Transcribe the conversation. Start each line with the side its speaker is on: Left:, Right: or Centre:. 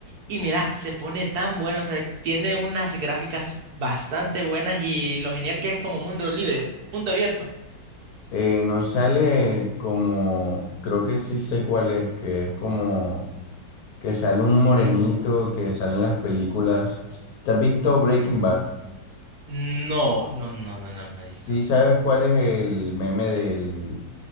Right: y mira, se pone tan bueno, o sea, tiene unas gráficas bastante buenas y lo genial que es como mundo libre, mundo abierto.
Left: Eh, nos sale como, creo que sí sé cuál es, que es como que sale un morenito, que sale en las películas. ¿Te has visto Breaking Bad?
Right: No, no, no, no, no me he visto.
Left: Sí sabes cuál es el meme del